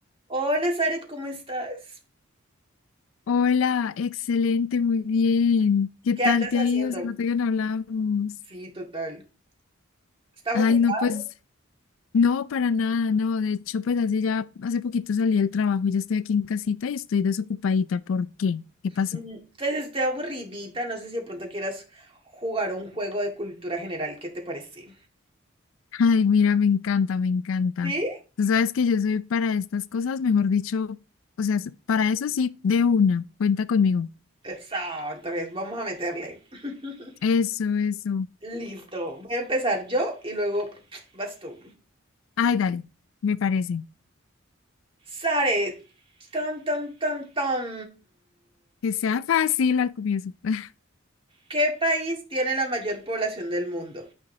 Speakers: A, on the right; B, on the left.
A: Hola, Zaret, ¿cómo estás?
B: Hola, excelente, muy bien. ¿Qué
A: ¿Qué
B: tal
A: andas
B: te
A: haciendo?
B: ha ido? Se nota que no hablábamos.
A: Sí, total. ¿Estás
B: Ay,
A: ocupada?
B: no, pues, no, para nada, no. De hecho, pues hace ya, hace poquito salí del trabajo, ya estoy aquí en casita y estoy desocupadita. ¿Por qué? ¿Qué pasó?
A: Mm, Pues estoy aburridita, no sé si de pronto quieras jugar un juego de cultura general, ¿qué te parece?
B: Ay, mira, me encanta, me encanta.
A: ¿Sí?
B: Tú sabes que yo soy para estas cosas, mejor dicho, o sea, para eso sí, de una, cuenta conmigo.
A: Eso, entonces vamos a meterle. <laughs>
B: Eso, eso.
A: Listo, voy a empezar yo y luego vas tú.
B: Ay, dale, me parece.
A: Zaret, tan, tan, tan, tan.
B: Que sea fácil al comienzo. <laughs>
A: ¿Qué país tiene la mayor población del mundo?